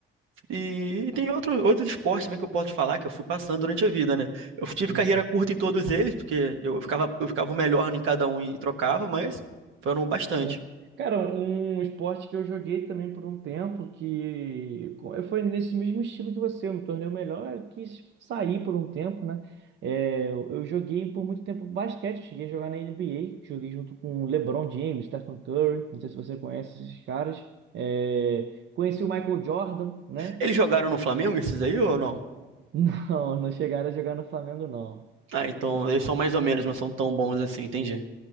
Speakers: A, on the right; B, on the right.
A: E, e tem outro, outros esportes também que eu posso te falar que eu fui passando durante a vida, né? Eu
B: Sim,
A: tive carreira
B: sim.
A: curta em todos eles, porque eu ficava, eu ficava o melhor em cada um e trocava, mas foram bastante.
B: Sim. Cara, um esporte que eu joguei também por um tempo, que co- eh, foi nesse mesmo estilo que você, eu me tornei o melhor, eu quis sair por um tempo, né? É, eu eu joguei por muito tempo basquete, eu cheguei a jogar na NBA, joguei junto com LeBron James, Stephen Curry, não sei se você conhece esses caras. É, conheci o Michael Jordan, né?
A: Eles jogaram no Flamengo, esses aí, ou não?
B: <laughs> Não, não chegaram a jogar no Flamengo, não.
A: Ah, então eles são mais ou menos, não são tão bons assim, entendi.